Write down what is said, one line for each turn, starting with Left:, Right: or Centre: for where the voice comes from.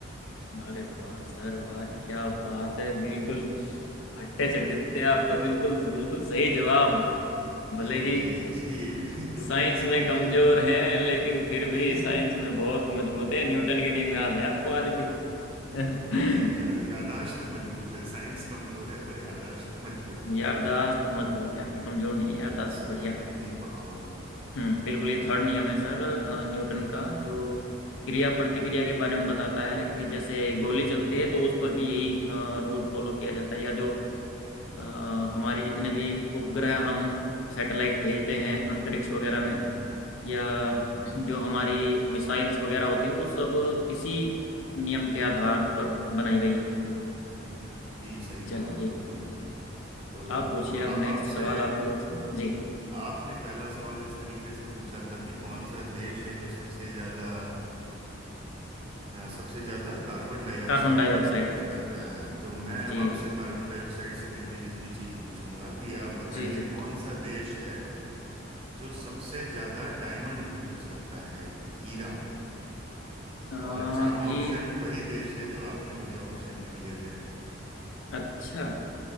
Left: अरे वाह सर वाह क्या बात है बिल्कुल फट्टे चक आप तो बिल्कुल बिल्कुल सही जवाब
Right: जी
Left: भले ही
Right: जी जी <laughs> क्योंकि
Left: साइंस
Right: इसकी
Left: में कमजोर हैं लेकिन फिर भी
Right: <laughs>
Left: साइंस में बहुत मजबूत है न्यूटन के नियम याद है आपको आज भी <laughs> हम्म
Right: जी जी, या, यादाश्त मजबूत है साइंस कमजोर है पर यादाश्त मजबूत है
Left: यारदाश्त मजबूत
Right: तो
Left: है आपकी कमजोर नहीं है यारदाश्त
Right: ये स्कूल
Left: बढ़िया
Right: में कहीं पढ़ा होगा
Left: हम्म बिल्कुल ये थर्ड नियम है सर अ,
Right: तो
Left: न्यूटन का जो क्रिया प्रतिक्रिया के बारे में बताता है कि जैसे
Right: तो
Left: गोली चलती
Right: हम्म
Left: है तो उस पर भी यही रूल फॉलो किया जाता है या जो अ, हमारे जितने भी उपग्रह हम सैटेलाइट भेजते हैं अंतरिक्ष वगैरह
Right: हम्म
Left: में
Right: हम्म
Left: या
Right: हम्म, हम्म।
Left: जो हमारी मिसाइल्स वगैरह होती हैं वो सब इसी नियम के आधार पर बनाई गई हैं
Right: जी सही कहा
Left: चलिए
Right: आपने बिल्कुल तो
Left: आप पूछिए अब
Right: अब
Left: नेक्स्ट
Right: आपसे
Left: सवाल आपकी ओर से जी
Right: आपने पहला सवाल जिस तरीके से पूछा था कि कौन सा देश है जो सबसे ज्यादा अ, सबसे ज्यादा कार्बन डाइऑक्साइड
Left: कार्बन डाइऑक्साइड
Right: प्रोड्यूस करता है तो मैं अब
Left: जी
Right: आपसे
Left: जी
Right: कार्बन डाइऑक्साइड से मिलती जुलती चीज पूछूंगा कि आप बताइए
Left: जी जी
Right: कौन सा देश है जो सबसे ज्यादा डायमंड प्रोड्यूस करता है हीरा
Left: आ,
Right: और चारों
Left: ही
Right: ऑप्शन वही देश हैं जो आपने मुझे ऑप्शन में दिए थे
Left: अच्छा